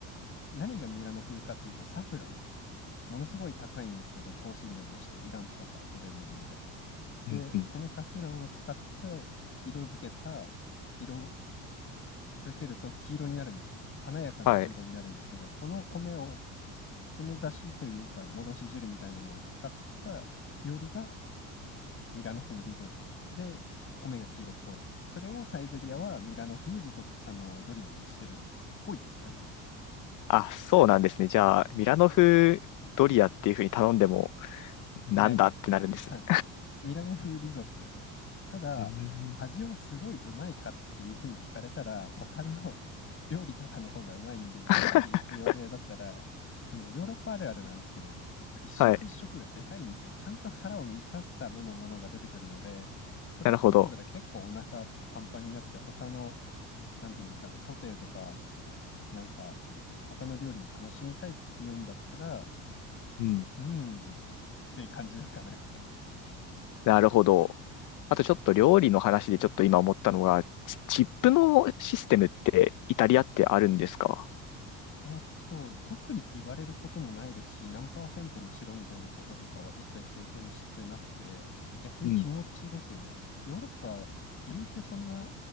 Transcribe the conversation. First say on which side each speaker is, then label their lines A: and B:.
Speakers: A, on the left; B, on the left.
A: 何がミラノ風かっていうとサフラン。ものすごい高いんですけど、香辛料としてイランとかから取れるもので。で、
B: うんうん。
A: そのサフランを使って色付けた色漬けると黄色になるんですね。華やかな黄色になるんですけど、
B: はい
A: その米を、その出汁というか、戻し汁みたいなのを使った料理がミラノ風リゾットで、米が黄色っぽい。それをサイゼリアはミラノ風リゾ、あの、ドリアにしてるっぽいですね。
B: あ、そうなんですね。じゃあ、ミラノ風ドリアっていう風に頼んでも、なんだってなるんですね。
A: ないですね。はい。ミラノ風リゾットですね。ただ、
B: うーん。
A: 味をすごいうまいかっていうふうに聞かれたら、他の <laughs> 料理とかの方がうまいんで、一人で行く予定だったら、
B: <laughs>
A: そのヨーロッパあるあるなんですけど、一食一食がでかいんですよ。
B: はい。
A: ちゃんと腹を満たすためのものが出てくるので、それ頼んだら結構お腹パンパンになって、
B: なるほど。
A: 他の、なんていうんですかね、ソテーとか、なんか、他の料理も楽しみたいっていうんだったら、
B: うん。
A: うーんって感じですかね。
B: なるほど。あとちょっと料理の話でちょっと今思ったのが、チチップのシステムってイタリアってあるんですか
A: えっと、特に言われることもないですし、何パーセントにしろみたいなこととかは一切経験してなくて、逆に気持ちですよね。
B: うん。
A: ヨーロッパ、言うてそんな